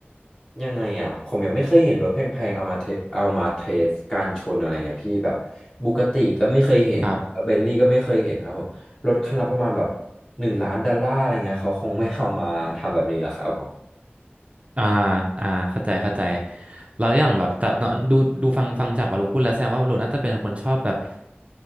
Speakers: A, on the left (about 15°); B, on the right (about 30°).
A: ยังไงอ่ะผมยังไม่เคยเห็นรถแพงๆเอามาเทเอามาเทสการชนอะไรเงี้ยพี่แบบบูกติก็ไม่เคยเห็นเบนลี่ก็ไม่เคยเห็นครับผม
B: ครับ
A: รถคันละประมาณแบบหนึ่งล้านดอลลาร์อะไรเงี้ยเขาคงไม่เอามาทำแบบนี้หรอกครับผม
B: อ่าอ่าเข้าใจเข้าใจแล้วอย่างแบบจะเนอะดูดูฟังฟังจากวารุพูด แล้วแสดงว่าวารุน่าจะเป็นคนชอบแบบ